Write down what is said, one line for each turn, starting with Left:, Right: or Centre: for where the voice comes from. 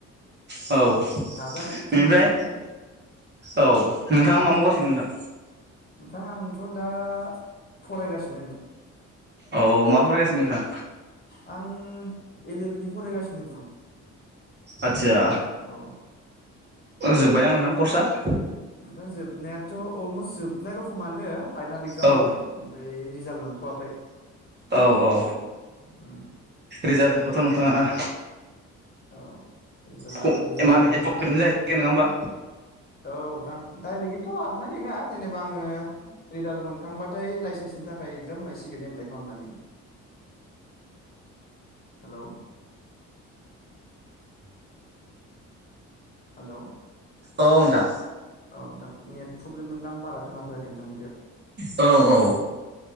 Right: औ
Left: नाजागोन
Right: बेनिफ्राय
Left: जोंबो सानसे
Right: औ नोंथाङा मा मावगासिनो नोंथां
Left: नोंथां आंथ' दा फरायगासिनो नोंथां
Right: औ मा फरायगासिनो नोंथां
Left: आं एल एल बि फरायगासिनो नोंथां
Right: आतसा
Left: औ
Right: जोब्बायना नोंथां कर्सआ
Left: नोंथां जोबनायाथ' अलमस्ट जोबनाय रोखोमानो फाइनाल एक्जाम
Right: औ
Left: होबाय ओमफ्राय रिजाल्ट मोनथ'वाखै
Right: औ औ
Left: उम
Right: रिजाल्ट जोब्बाथ' नोंथाङा
Left: औ रि
Right: मा
Left: रिजाल्टआ
Right: होनो
Left: होबाथाय
Right: एम्फौ बेनो जाहैसिगोन नङा होमबा?
Left: औ नोंथां डाइरेक्टलिथ' हबनाय नङा जेनेबा आङो रिजाल्ट मोनखांबाथाय लाइसेन्सनि थाखाय एगजाम होनांसिगोन एप्लाइ खालामनानै हेल हेल
Right: औ नोंथां
Left: औ नोंथां नेट प्रब्लेम मोनदां बारा खोनाफैआखै नोंथांनिखौ
Right: औ औ